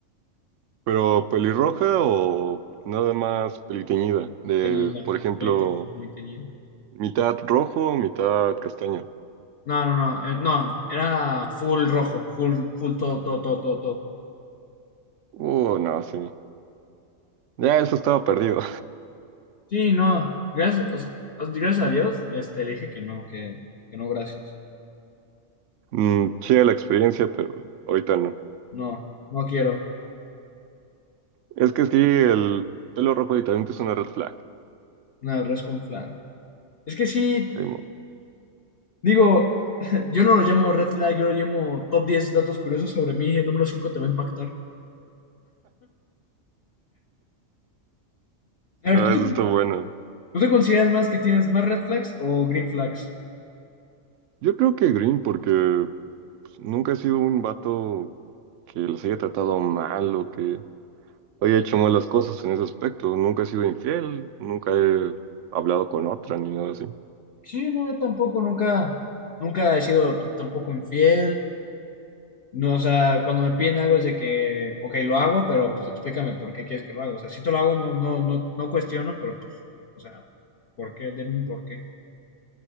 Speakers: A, on the right; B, on the left.
A: Pero pelirroja o nada más peliteñida. De,
B: Tenida,
A: por ejemplo,
B: pretenida, pretenida.
A: mitad rojo, mitad castaño.
B: No, no, no, eh, no, era full rojo, full, full todo, todo, todo, todo, todo.
A: Uh, no, sí. Ya eso estaba perdido.
B: Sí, no, gracias, o sea, gracias a Dios, este, le dije que no, que, que no, gracias.
A: Mm, chida la experiencia, pero ahorita no.
B: No, no quiero,
A: Es que sí, el pelo rojo directamente es una red flag.
B: no, res con flan. Es que sí,
A: Simón.
B: digo, <laughs> yo no lo llamo red flag, yo lo llamo top 10 datos curiosos sobre mí, el número 5 te va a impactar. A
A: Ah,
B: ver, ¿tú te,
A: eso
B: tú
A: está bueno.
B: te consideras más que tienes más red flags o green flags?
A: Yo creo que Green, porque pues, nunca he sido un vato que les haya tratado mal o que haya hecho malas cosas en ese aspecto. Nunca he sido infiel, nunca he hablado con otra ni nada así.
B: Sí, no, yo tampoco nunca, nunca he sido tampoco infiel. No, o sea, cuando me piden algo es de que, ok, lo hago, pero pues explícame por qué quieres que lo haga. O sea, si te lo hago, no, no, no, no cuestiono, pero pues, o sea, ¿por qué? Deme un por qué.